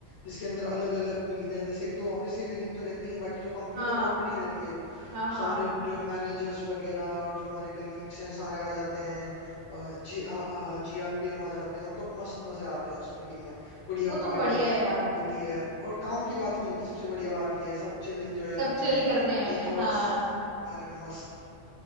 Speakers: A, on the left; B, on the right.
A: जिसके अंदर अलग अलग मिलते हैं जैसे एक तो ऑफिस के कलीग तो रहते ही हैं बाकी जो कंपनी
B: हाँ
A: तो बहुत बड़ी रहती है
B: हाँ हाँ
A: सारे मैनेजर्स वगैरह और जो हमारे कलीग्स हैं सारे आ जाते हैं अ, जी आ, आ, जी आर पी एम आ जाते हैं मतलब मस्त मजे आते हैं उस मीटिंग में बढ़िया
B: वो तो
A: पार्टी
B: बढ़िया है यार
A: होती है यार। और काम की बात नहीं होती सबसे बढ़िया बात ये है सब चिल एंजॉय
B: सब
A: करते
B: चिल
A: हैं
B: करने
A: अपने
B: आए हैं
A: थॉट्स
B: हाँ
A: अरे मस्त